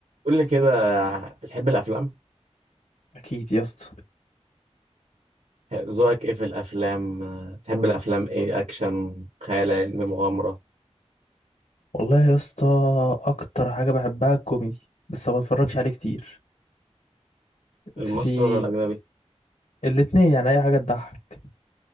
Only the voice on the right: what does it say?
قول لي كده بتحب الافلام
ذوقك ايه في الافلام بتحب الافلام ايه اكشن خيال علمي مغامره
المصري
ولا الاجنبي